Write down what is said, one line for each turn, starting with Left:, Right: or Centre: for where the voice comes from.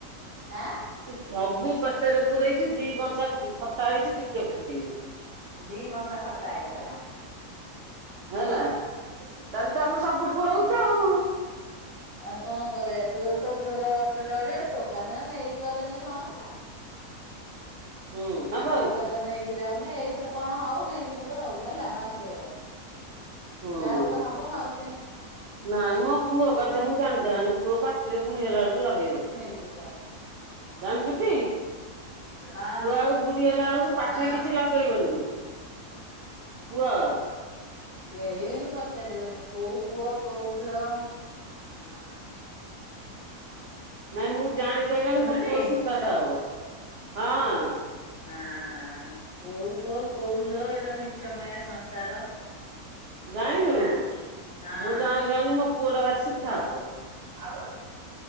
Left: ଆଁ
Right: ତୁ ସବୁ ପେଟରେ ପୂରେଇଛି। ଦି କଂସା ଖଟା ହେଇଛି ଟିକେ ପଠେଇନି।
Left: ଦି କଂସା ଖଟା ଆଇଥିଲା।
Right: ହେଲା, ତା'ହେଲେ ତମେ ସବୁ ପୁରଉଛ ଆଉ।
Left: ଆଉ କଣ କରିବା? ତୁ ତ ଦୂର ଅଟୋ ରଇଲୁ। ଟୋକା ସିନା ନେଇକି ଗଲେ ବିଲି ହଅନ୍ତା!
Right: ହୁଁ ନା
Left: ଆଉ,
Right: ବୋଉ
Left: ଟୋକା ତ ନେଇକି ଯାଉ ନା ଏଇଥିରେ କଣ ହଉ ନେଇକି ଯିବ ଆଉ? ହେଲା ମାଉସୀ କହିବା
Right: ହୁଁ
Left: ଯାହା ଗୋଟେ ହବ ମାଉସ
Right: ନାଇଁ, ମୋ ପୁଅ କଥା ମୁଁ ଜାଣିଦେଲାନି, ପୁଅ ପାଟିରେ ବୁଢୀହେଲା ବେଳକୁ ଲଗ
Left: ନେଇ ଯିବ ଆ
Right: ଜାଣିଚୁଟି!
Left: ହଁ
Right: ପୁଅ ଆଉ ବୁଢୀ ହେଲାଅଳକୁ ପାଟିରେ
Left: ହଁ।
Right: କିଛି ଲଗେଇବନି। କୁଅ।
Left: କେହି ହେଲେ ପଚାରିବେନି? କୋଉ ପୁଅ କୋଉ ଝଅ, ହଁ।
Right: ନାଇଁ ମୁଁ ଜାଣି ସାଇଲାଣି
Left: ଶୁଣିଲୁଟି?
Right: ମୋ ପୁଅ ଶୁଣ୍ଠା ଟା ହବ। ହଁ।
Left: ନା-ଆ-ଆ କୋଉ ପୁଅ! କୋଉ ଝୁଅ! ଏଟା ମିଛ ମାୟା ସଂସାର।
Right: ଜାଇଁଲୁ
Left: ହେଲା ହଁ
Right: ମୁଁ ଜାଇଁଲାଣିି ମୋ ପୁଅଟା ଭାରି ସିଧା ହବ ଆଉ